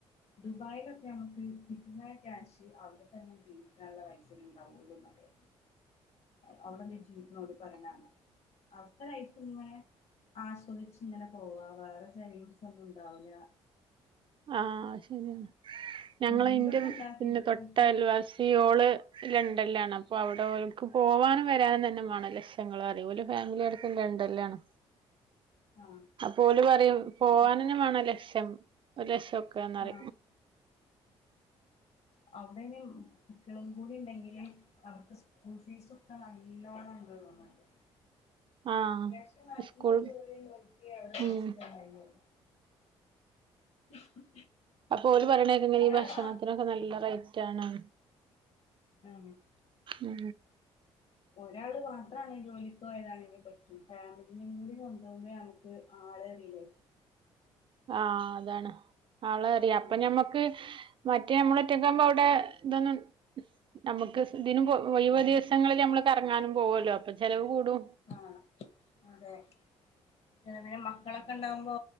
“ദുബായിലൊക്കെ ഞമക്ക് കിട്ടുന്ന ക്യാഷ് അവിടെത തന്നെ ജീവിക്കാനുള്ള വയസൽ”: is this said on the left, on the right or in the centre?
Left